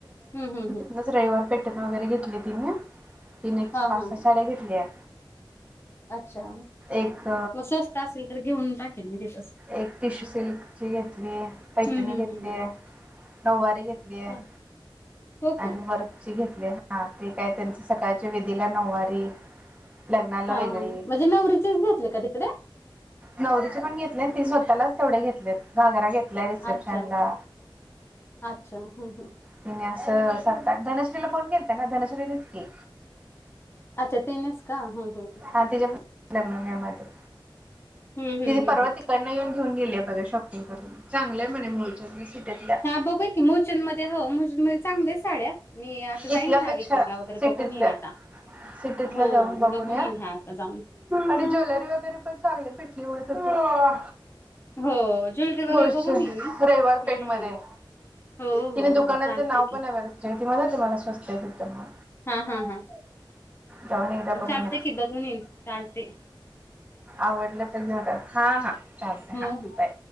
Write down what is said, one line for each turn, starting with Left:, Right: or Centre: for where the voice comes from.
Left: हम्म हम्म
Right: तिथनंच रविवार पेठेतनं वगैरे घेतली तिने तिने
Left: हा
Right: पाच
Left: हा
Right: सहा
Left: हा
Right: साड्या घेतल्या.
Left: अच्छा मग
Right: एक
Left: स्वस्त असेल तर घेऊन टाकीन मी तिथंच.
Right: एक टिशू सिल्कची घेतलीय, पैठणी
Left: हं हं
Right: घेतलीय.
Left: हं हं
Right: नऊवारी घेतली आहे
Left: हं हो का
Right: आणि वर्कची घेतलीय. हा ते काय त्यांचं सकाळच्या विधीला नऊवारी लग्नाला
Left: हा
Right: वेगळी
Left: हा म्हणजे नवरीचेच घेतले का तिकडे?
Right: नवरीचे पण घेतले आणि तीनं स्वतःलाच तेवढे घेतलेत. घागरा घेतलाय रिसेप्शन
Left: अच्छा
Right: ला
Left: अच्छा हं हं
Right: तिन असं सात-आठ धनश्रीला फोन केलता ना धनश्रीनेच की
Left: अच्छा तिनेच का हम्म हम्म
Right: हा तिच्या पण लग्न मे मध्ये
Left: हं हं
Right: तिनी
Left: हं
Right: परवा
Left: हं
Right: तिकडनं येऊन घेऊन गेली आहे बघा शॉपींग गं करून चांगलंय म्हणे मुळचंदनी सिटतल्या
Left: ह बघूया की मुळचंदध्ये हो मुळचंदध्ये चांगल्या आहेत साड्या. मी आता जाईन
Right: इथल्यापेक्षा
Left: ह्या वीकेंडला वगैरे
Right: सिटीतल
Left: बघून येईन आता.
Right: सिटीतल
Left: हो
Right: जाऊन बघून या
Left: येईन ह्या आता जाऊन
Right: आणि ज्वेलरी वगैरे पण चांगली भेटली म्हणतं होती. हो
Left: हो ज्वेलरी वगैरे
Right: मुळचद
Left: बघून येईन मी.
Right: रविवारपेठ
Left: हम्म
Right: मध्ये आहे.
Left: हो
Right: तिने
Left: हो
Right: दुकानाचं
Left: हो चालते
Right: नाव
Left: की
Right: पण आहे बघा तिच्याकडे ती म्हणतं होती स्वस्त आहे तिथं मग.
Left: हा ह हा
Right: जाऊन एकदा बघून
Left: चालतंय
Right: या
Left: की बघून येईन चालतंय.
Right: आवडलं तर घेऊन टाक हा हा चालतंय.
Left: हो हो
Right: बाय